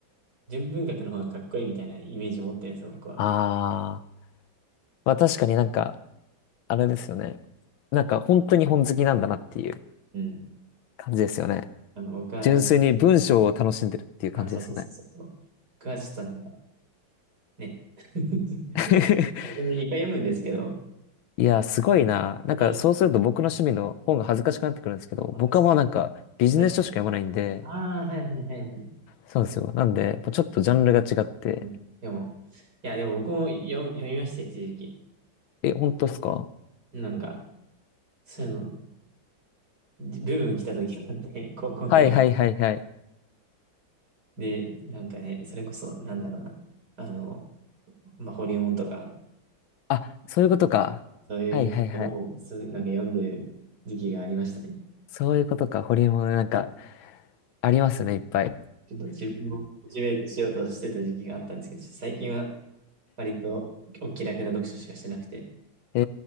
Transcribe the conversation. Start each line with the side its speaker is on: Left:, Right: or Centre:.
Right: 純文学の方がかっこいいみたいなイメージを持ってるんですよ、僕は。
Left: あー。まあ確かになんか、あれですよね。なんか本当に本好きなんだなっていう
Right: うん。
Left: 感じですよね。
Right: あの僕はなんか
Left: 純粋に文章を楽しんでるっていう感じですよね。
Right: あ、そうそうそうそうそう。僕はちょっとなんか、ね。<laughs>
Left: <laughs>
Right: 全然いっぱい読むんですけど。
Left: いや、すごいな。なんかそうすると僕の趣味の本が恥ずかしくなってくるんですけど、
Right: えでもあれですか
Left: 僕はもうなんかビジネス書しか読まないんで、
Right: 何か、ああ、はいはいはいはい。
Left: そうですよ。なんで、やっぱちょっとジャンルが違って。
Right: うんでも、いや、でも僕も読、読みましたよ、一時期。
Left: え、本当っすか
Right: なんか、そういうの、ブーム来た時があって、<laughs> 高校くらい。
Left: はいはいはいはい。
Right: で、なんかね、それこそ、なんだろうな。あの、まあ、ホリエモンとか、
Left: あ、そういうことか。
Right: ねそういうのを、
Left: はいはいはい。
Right: そう、なんか読んでる時期がありましたね。
Left: そういうことか。ホリエモンなんか、ありますね、いっぱい。
Right: ちょっと自分をモチベートしようとしてた時期があったんですけど、ちょっと最近は割とお気楽な読書しかしてなくて。
Left: え